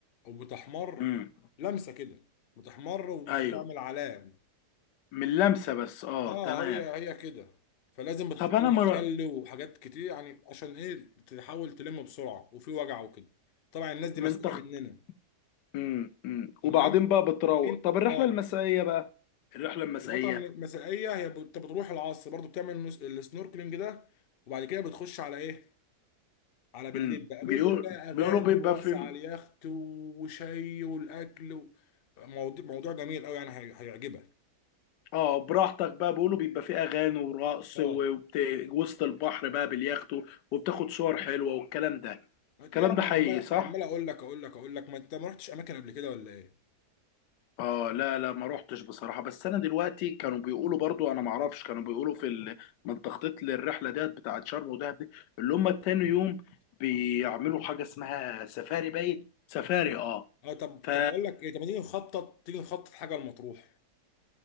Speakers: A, on the left; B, on the left.
A: او بتحمر
B: امم
A: لمسه كده بتحمر وبتعمل
B: ايوه
A: علامه
B: من لمسه بس اه
A: اه
B: تمام
A: هي هي كده فلازم بتحط
B: طب انا
A: لها
B: مر...
A: خل وحاجات كتير يعني عشان ايه تحاول تلم بسرعه وفي وجع وكده طبعا الناس دي
B: من
A: مسؤوله
B: تخت
A: مننا
B: امم امم
A: تمام
B: وبعدين بقى بتروق
A: فين
B: طب الرحله
A: اه
B: المسائيه بقى الرحله المسائيه
A: الفتره الم- المسائيه هي بت- بتروح العصر برضو بتعمل نس- السنوركلينج ده وبعد كده بتخش على ايه على بالليل
B: امم
A: بقى
B: بيقول
A: بالليل بقى اغاني
B: بيقولوا بيبقى
A: ورقص
B: في
A: على اليخت وشاي والاكل و... موضوع موضوع جميل قوي يعني هي- هيعجبك
B: اه براحتك بقى بيقولوا بيبقى في اغاني ورقص
A: اه
B: وبت... وسط البحر بقى باليخت وبتاخد صور حلوه والكلام ده
A: ما
B: الكلام
A: إنت يا عم
B: ده حقيقي
A: عمال
B: صح
A: عمال اقول لك اقول لك اقول لك ما انت ما رحتش اماكن قبل كده ولا ايه
B: اه لا لا ما روحتش بصراحة بس انا دلوقتي كانوا بيقولوا برضو انا ما اعرفش كانوا بيقولوا في ال... من تخطيط للرحلة ديت بتاعت شرم ودهب دي اللي هم تاني يوم بيعملوا حاجة اسمها سفاري باين سفاري اه
A: اه طب
B: ف
A: طب بقول لك ايه طب ما تيجي نخطط تيجي نخطط حاجه لمطروح